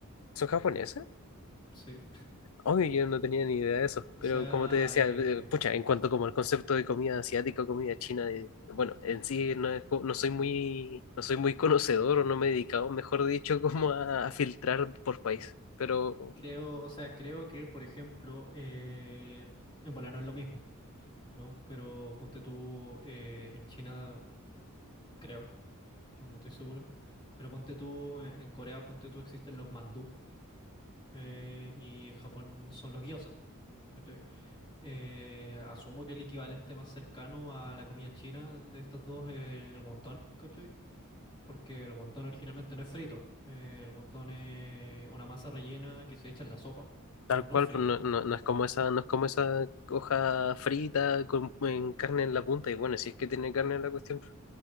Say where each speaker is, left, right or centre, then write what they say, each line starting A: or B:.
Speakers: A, on the left; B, on the left.
A: ¿Son japonesas?
B: sí.
A: Obvio, yo no tenía ni idea de eso,
B: O
A: pero
B: sea,
A: como te decía,
B: eh,
A: eh, pucha, en cuanto como el concepto de comida asiática o comida china, eh, bueno, en sí no, es co- no soy muy, no soy muy conocedor o no me he dedicado, mejor dicho, <laughs> como a, a filtrar por país, pero
B: creo, o sea, creo que, por ejemplo, eh, en volar no es lo mismo, ¿no? Pero ponte tú eh, en China, creo, no, no estoy seguro, pero ponte tú eh, en Corea, ponte tú existen los mandú eh, y en Japón son los gyozas. ¿cachai? Eh, asumo que el equivalente más cercano a la comida china de estos dos es el wonton, ¿cachai? porque el guantón originalmente no es frito. Eh, el guantón es una masa rellena que se echa en la sopa.
A: tal
B: No, no
A: cual,
B: es frito.
A: pues, no, no, no es como
B: Sí,
A: esa, no es como esa hoja frita con en carne en la punta, y bueno, si es que tiene carne en la cuestión, pues,